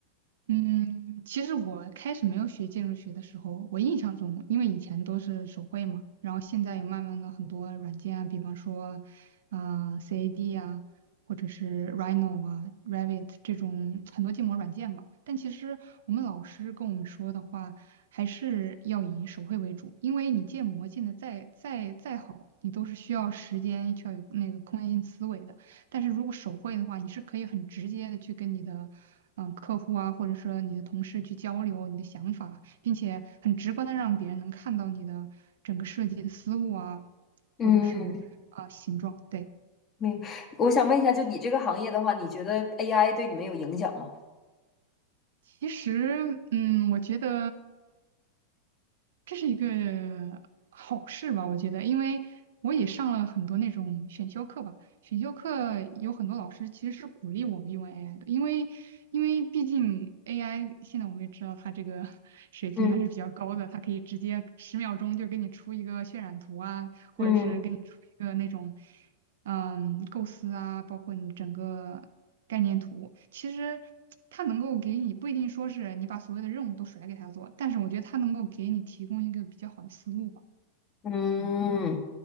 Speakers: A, on the right; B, on the left.
A: 嗯，其实我开始没有学建筑学的时候，我印象中，因为以前都是手绘嘛，然后现在也慢慢的很多软件啊，比方说，呃，CAD 啊，或者是 Rhino 啊、Revit 这种很多建模软件吧。但其实我们老师跟我们说的话，还是要以手绘为主，因为你建模建的再再再好，你都是需要时间，需要有那个空间性思维的。但是如果手绘的话，你是可以很直接的去跟你的嗯客户啊，或者说你的同事去交流你的想法，并且很直观的让别人能看到你的整个设计的思路啊，
B: 嗯，
A: 或者是啊、形状。对，
B: 明白。我想问一下，就你这个行业的话，你觉得 AI 对你们有影响吗？
A: 其实嗯，我觉得。这是一个好事吧，我觉得，因为我也上了很多那种选修课吧，选修课有很多老师其实是鼓励我们用 AI 的，因为因为毕竟 AI 现在我们也知道它这个 <laughs> 水平还是比较高的，
B: 嗯
A: 它可以直接十秒钟就给你出一个渲染图啊，或者是给你出一个那种。
B: 嗯。
A: 嗯，构思啊，包括你整个概念图，其实它能够给你不一定说是你把所有的任务都甩给他做，但是我觉得它能够给你提供一个比较好的思路吧。
B: 嗯，
A: 嗯，